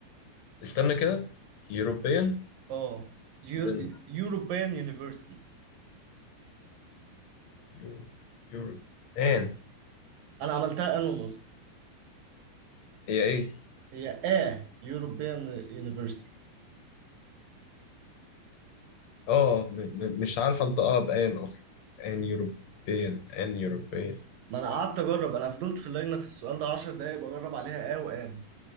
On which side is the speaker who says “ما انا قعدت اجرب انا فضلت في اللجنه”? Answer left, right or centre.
Right